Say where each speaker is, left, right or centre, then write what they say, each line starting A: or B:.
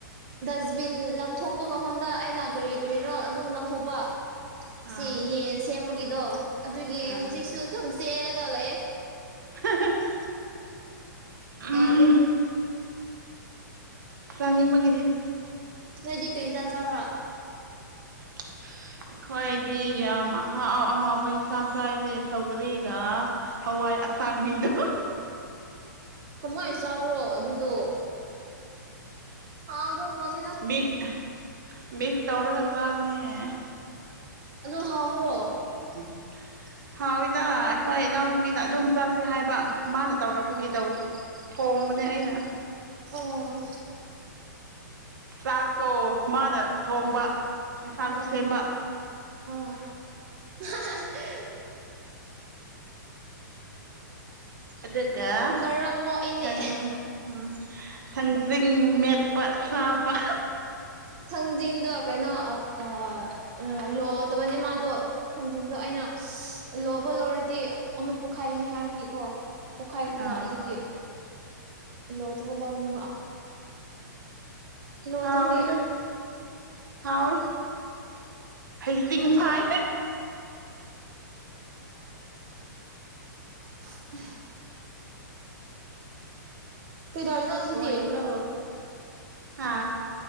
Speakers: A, on the right; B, on the right.
A: ꯗꯁꯕꯤꯟ ꯂꯪꯊꯣꯛꯄ ꯃꯐꯝꯗ ꯑꯩꯅ ꯀꯔꯤ ꯀꯔꯤꯔꯣ ꯑꯗꯨꯝ ꯂꯪꯊꯣꯛꯄ
B: ꯑꯥ
A: ꯁꯤ ꯌꯦꯟ ꯁꯦꯝꯕꯒꯤꯗꯣ ꯑꯗꯨꯒꯤ
B: ꯑꯥ
A: ꯍꯧꯖꯤꯛꯁꯨ ꯆꯦꯜꯂꯒ ꯂꯩꯌꯦ꯫
B: <unintelligible>
A: ꯌꯥꯗꯦ꯫
B: ꯎꯝ ꯆꯥꯅꯤꯡꯕꯒꯤꯅꯤ꯫
A: ꯅꯣꯏꯗꯤ ꯀꯩ ꯏꯟꯖꯥꯟ ꯆꯥꯕ꯭ꯔꯥ꯫
B: <unintelligible> ꯑꯩꯈꯣꯏꯗꯤ ꯌꯥꯝ ꯑꯍꯥꯎ ꯑꯍꯥꯎꯕ ꯌꯦꯟꯁꯥꯡ ꯆꯥꯏꯅꯦ ꯁꯧꯒꯔꯤꯒ꯫ ꯍꯋꯥꯏ ꯑꯁꯥꯡꯕꯤꯗꯣ꯫
A: ꯀꯃꯥꯏꯅ ꯆꯥꯕ꯭ꯔꯣ ꯑꯗꯨꯗꯣ꯫ ꯍꯥꯎꯗꯧ ꯃꯥꯟꯗꯦꯗ
B: ꯃꯤꯛꯁ ꯃꯤꯛꯁ ꯇꯧꯔꯒ ꯆꯥꯕꯅꯤꯅꯦ꯫
A: ꯑꯗꯣ ꯍꯥꯎꯕꯔꯣ꯫
B: <unintelligible> ꯍꯥꯎꯋꯏꯗ ꯑꯩꯈꯣꯏ ꯏꯅꯥꯎꯅꯨꯄꯤꯅ ꯑꯗꯨꯝ ꯆꯥꯁꯦ ꯍꯥꯏꯕ ꯃꯥꯅ ꯇꯧꯔꯛꯄꯒꯤ ꯇꯧ ꯊꯣꯡꯕꯅꯦ ꯑꯩꯅ꯫
A: ꯑꯣ꯫
B: ꯆꯥꯛꯇꯣ ꯃꯥꯅ ꯊꯣꯡꯕ ꯌꯦꯟꯁꯥꯛꯁꯨ
A: ꯑꯣ
B: ꯁꯦꯝꯕ꯫
A: ꯑꯣ <unintelligible>
B: ꯑꯗꯨꯒ
A: ꯃꯔꯝ ꯃꯣꯛꯑꯦꯅꯦ
B: ꯊꯪ ꯎꯝ꯫ ꯊꯥꯡꯖꯤꯡ ꯃꯦꯠꯄ ꯆꯥꯕ꯫
A: ꯊꯥꯡꯖꯤꯡꯗꯣ ꯀꯩꯅꯣ ꯑꯥ ꯂꯣꯗꯕꯅꯦ ꯃꯥꯗꯣ꯫ ꯊꯥꯡꯖꯤꯡꯗꯣ ꯑꯩꯅ ꯁ ꯂꯣꯕ ꯂꯧꯔꯗꯤ ꯑꯃꯨꯛ ꯄꯣꯛꯈꯥꯏꯒꯅꯤ ꯍꯥꯏꯕꯒꯤꯀꯣ ꯄꯣꯛꯈꯥꯏꯒꯅꯤ
B: ꯑꯥ
A: ꯃꯥ ꯑꯗꯨꯒꯤ ꯂꯣꯗꯧ ꯂꯧꯕꯅꯤꯕ ꯂꯣꯠꯇꯕꯒꯤ
B: ꯍꯥꯎꯢꯗ ꯍꯥꯎ ꯑꯦ ꯍꯩꯖꯤꯡ
A: ꯑꯗꯨ
B: ꯐꯥꯏ
A: ꯑ ꯀꯩꯗꯧꯔꯤꯅꯣ ꯍꯧꯖꯤꯛꯗꯤ
B: ꯂꯣꯏꯕ꯭ꯔꯣ ꯍꯥ